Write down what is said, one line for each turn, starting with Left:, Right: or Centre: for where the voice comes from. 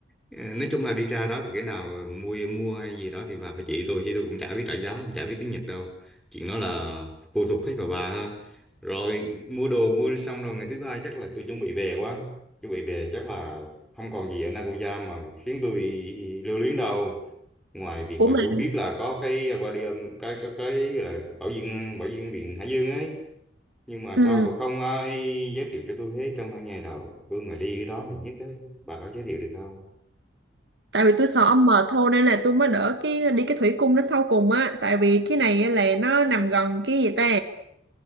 Centre: Ờ, nói chung là đi ra đó thì cái nào mua mua hay gì đó thì bà phải chỉ tôi chứ tôi cũng chả biết trả giá cũng chả biết tiếng Nhật đâu chuyện đó là phụ thuộc hết vào bà ha rồi mua đồ mua xong rồi ngày thứ hai chắc là tôi chuẩn bị về quá chuẩn bị về chắc là không còn gì ở Nagoya mà khiến tôi lưu luyến đâu ngoài việc
Right: Ủa
Centre: là
Right: mà
Centre: tôi biết là có cái aquarium cái cái cái là bảo dương bảo dương viện Hải Dương ấy nhưng mà
Right: ừ.
Centre: sao mà không ai giới thiệu cho tôi hết trong ban ngày đầu tôi mà đi cái đó thì nhất ấy bà có giới thiệu được không
Right: tại vì tôi sợ ông mệt thôi nên là tôi mới đỡ cái đi cái thủy cung nó sau cùng á tại vì cái này á là nó nằm gần cái gì ta